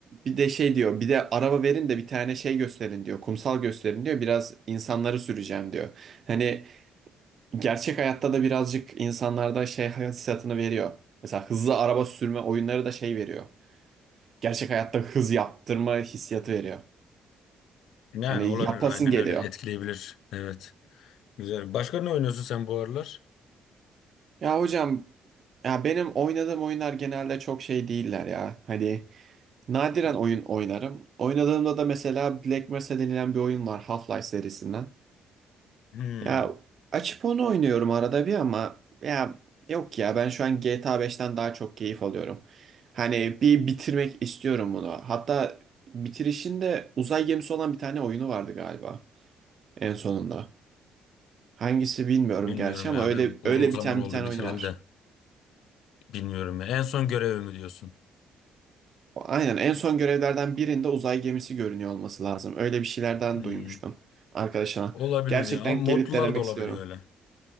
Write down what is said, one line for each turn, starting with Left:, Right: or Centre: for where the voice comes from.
Right: Bir de şey diyor. Bir de araba verin de bir tane şey gösterin diyor. Kumsal gösterin diyor. Biraz insanları süreceğim diyor. Hani gerçek hayatta da birazcık insanlarda şey hissiyatını veriyor. Mesela hızlı araba sürme oyunları da şey veriyor. Gerçek hayatta hız yaptırma hissiyatı veriyor.
Left: Yani
Right: Hani
Left: olabilir
Right: yapasın
Left: aynen
Right: geliyor.
Left: öyle etkileyebilir. Evet. Güzel. Başka ne oynuyorsun sen bu aralar?
Right: Ya hocam ya benim oynadığım oyunlar genelde çok şey değiller ya. Hani Nadiren oyun oynarım. Oynadığımda da mesela Black Mesa denilen bir oyun var Half-Life serisinden.
Left: Hmm,
Right: Ya açıp onu oynuyorum arada bir ama ya yok ya ben şu an GTA beşten daha çok keyif alıyorum. Hani bir bitirmek istiyorum bunu. Hatta bitirişinde uzay gemisi olan bir tane oyunu vardı galiba en sonunda. Hangisi bilmiyorum
Left: bilmiyorum
Right: gerçi ama
Left: ya
Right: öyle
Left: ben uzun
Right: öyle
Left: zaman
Right: biten
Left: oldu
Right: bir tane
Left: bitireli
Right: oyunu var.
Left: de. Bilmiyorum ya. En son görevi mi diyorsun?
Right: Aynen en son görevlerden birinde uzay gemisi görünüyor olması lazım. Öyle bir şeylerden
Left: Hmm,
Right: duymuştum arkadaşıma.
Left: olabilir
Right: Gerçekten
Left: ya. Ama modlular
Right: gelip denemek
Left: da olabiliyor
Right: istiyorum.
Left: öyle.